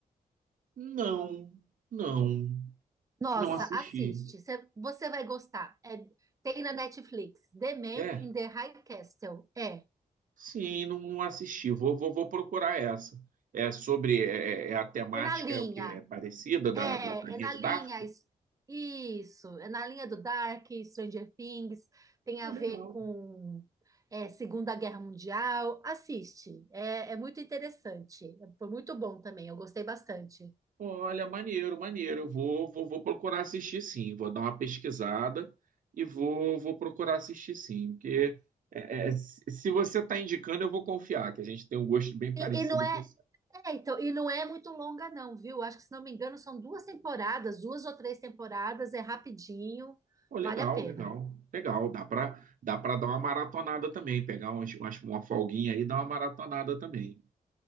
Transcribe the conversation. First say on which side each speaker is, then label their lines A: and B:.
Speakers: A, on the right; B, on the right.
A: Não, não,
B: Nossa,
A: não assisti.
B: assiste. Cê- Você vai gostar. É, tem na Netflix. The Man
A: É,
B: in the High Castle. É.
A: sim, não, não assisti. Vou, vou, vou procurar essa. É sobre é, é é a temática,
B: É na linha.
A: é o que é parecida da,
B: É,
A: da, da linha
B: é na
A: de
B: linha.
A: Dark.
B: is- Isso, é na linha do Dark, Stranger Things, tem
A: Pô,
B: a ver
A: legal.
B: com é, Segunda Guerra Mundial. Assiste, é, é muito interessante. Foi muito bom também, eu gostei bastante.
A: Olha, maneiro, maneiro. Eu vou, vou, vou procurar assistir sim. Vou dar uma pesquisada e vou, vou procurar assistir sim. Porque é, é, se se você está indicando, eu vou confiar, que a gente tem um gosto bem parecido
B: E, e não é,
A: com isso.
B: é, então, e não é muito longa, não, viu? Acho que, se não me engano, são duas temporadas, duas ou três temporadas, é rapidinho,
A: Pô,
B: vale
A: legal,
B: a pena.
A: legal, legal. Dá para dá para dar uma maratonada também, pegar umas- umas- uma folguinha aí e dar uma maratonada também.